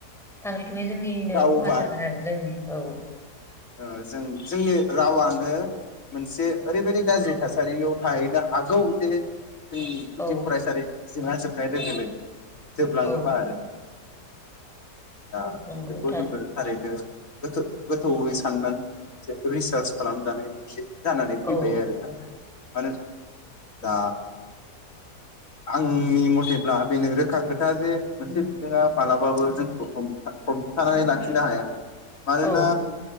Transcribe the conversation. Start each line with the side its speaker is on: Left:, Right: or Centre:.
Centre: थाङै थुङै जोंनिनो
Left: रावबा
Centre: खहा जागोन आरो जोंनि औ
Left: ओ जों जोंनि रावा ओ मोनसे ओरैबायदि गाज्रि थासारियाव थाहैनो हागौ जे जोंनि गुदि
Centre: औ
Left: फरायसालि जोंहा जोबनाय लोगो लोगो जोबलाङोबा
Centre: औ
Left: आरोना। दा
Centre: नंगौ
Left: बेखौ जोङो थारैनो गोदो गोथौैहै साननो जे रिसार्च खालामजानाय मोनसे जानानै फैबाय
Centre: औ
Left: आरोना। मानो दा आंनि मथेब्ला बेनो रोखा खोथा जे मोनसे बिजोङा मालाबाबो जोंखौ हमथा हम थानानै लाखिनो हाया। मानोना
Centre: औ